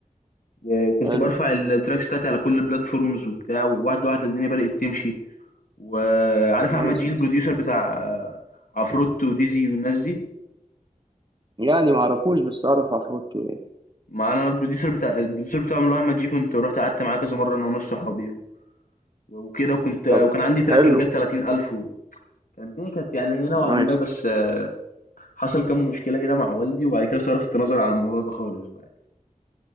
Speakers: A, on the left; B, on the right.
A: و- وكنت
B: حلو
A: برفع التراكس بتاعتي على كل البلاتفورمز وبتاع وواحده واحده الدنيا بدأت تمشي وعارف احمد
B: نايس
A: جيل البروديوسر بتاع عفروتو وديزي والناس دي
B: يعني ما اعرفوش بس اعرف عفروتو يعني
A: ما انا البروديوسر بتاع البروديوسر بتاعهم اللي هو احمد جيل كنت رحت قعدت معاه كذا مره انا وناس صحابي و- وكده وكنت وكان
B: طب
A: عندي تراك
B: حلو
A: كان جاب 30000 كانت الدنيا كانت يعني هنا نوعا
B: نايس
A: ما بس آه، حصل كام مشكلة كده مع والدي وبعد كده صرفت نظر عن الموضوع ده خالص بقى